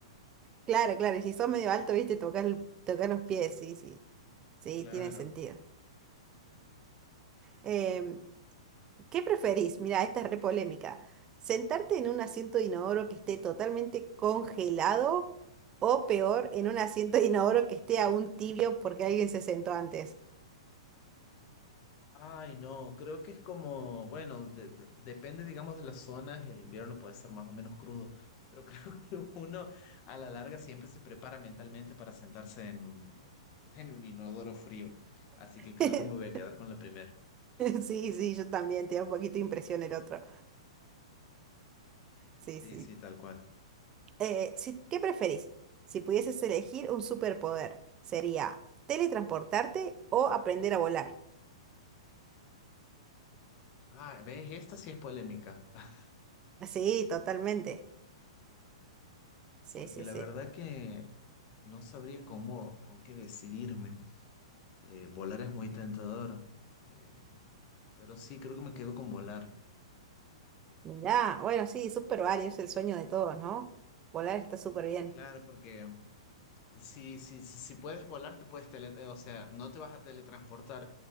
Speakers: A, on the right; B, on the left.
A: Claro, claro, y si sos medio alto, viste, tocar, el- tocar los pies, sí, sí, sí,
B: Claro.
A: tiene sentido. Em, ¿qué preferís? Mira, esta es re polémica. ¿Sentarte en un asiento de inodoro que esté totalmente congelado o peor, en un asiento de inodoro que esté aún tibio porque alguien se sentó antes?
B: Ay, no, creo que es como, bueno, de- de- depende, digamos, de las zonas, el invierno puede ser más o menos crudo, pero <laughs> creo que uno a la larga siempre se prepara mentalmente para sentarse en un, en un inodoro frío. Así que creo
A: <laughs>
B: que me voy a quedar con la primera.
A: Sí, sí, yo también, te da un poquito de impresión el otro. Sí,
B: Sí,
A: sí.
B: sí, tal cual.
A: Eh, si- ¿qué preferís? Si pudieses elegir un superpoder, ¿sería teletransportarte o aprender a volar?
B: Ah, ¿ves? Esta sí es polémica, <laughs>
A: Sí, totalmente. Sí,
B: porque
A: sí,
B: la
A: sí.
B: verdad que no sabría cómo, con qué decidirme. Eh, volar es muy tentador, eh, pero sí, creo que me quedo con volar.
A: Mirá, bueno, sí, súper válido, es el sueño de todos, ¿no? Volar está súper bien.
B: Claro, porque si, si, si, si puedes volar, te puedes tele, eh, o sea, no te vas a teletransportar,